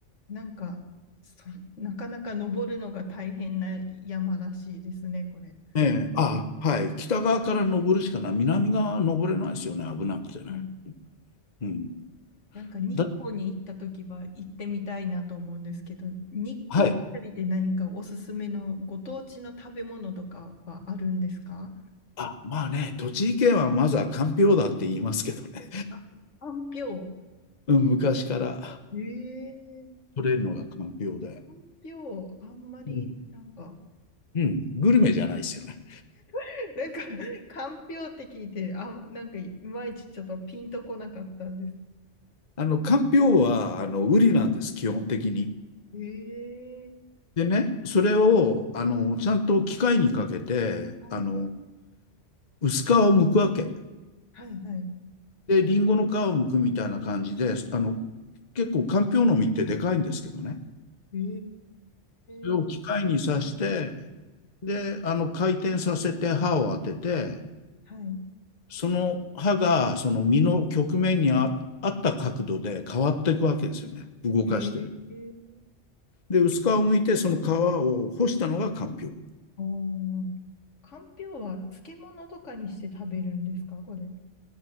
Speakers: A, on the left; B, on the left.
A: なんか、そ、なかなか登るのが大変な山らしいですね、これ。
B: ええ、あ、はい。北側から登るしかない。南側は登れないですよね、危なくてね。
A: うん
B: うん。
A: なんか日光に行った時は行ってみたいなと思うんですけど、
B: だ、
A: 日光あたりで何かおすすめのご当地の食べ物とかはあるんですか
B: はい。あ、まあね、栃木県はまずはかんぴょうだって言いますけどね。
A: あ、かんぴょ
B: <laughs> うん、昔から。
A: う。ええ
B: 取れるのが環境で。
A: かんぴょう、あんまりなんか
B: うん。うん、グルメじゃないですよね。
A: <laughs> なんか、かんぴょうって聞いて、あ、なんかいまいちちょっとピンとこなかったんです。
B: あの、かんぴょうは、あの、ウリなんです、基本的に。
A: ええ
B: でね、それを、あの、ちゃんと機械にかけて、
A: はい、
B: あの、薄皮を剥くわけ。
A: はい、はい。
B: で、リンゴの皮を剥くみたいな感じで、あの、結構、かんぴょうの実ってでかいんですけどね。
A: え
B: それを機械に刺して、
A: え知らなかった。
B: で、あの、回転させて刃を当てて、
A: はい。
B: その刃が、その実の曲面にあ、あった角度で変わっていくわけですよね。動かしてる。
A: ええ
B: で、薄皮を剥いて、その皮を干したのがかんぴょう。
A: おー、かんぴょうは漬物とかにして食べるんですか、これ。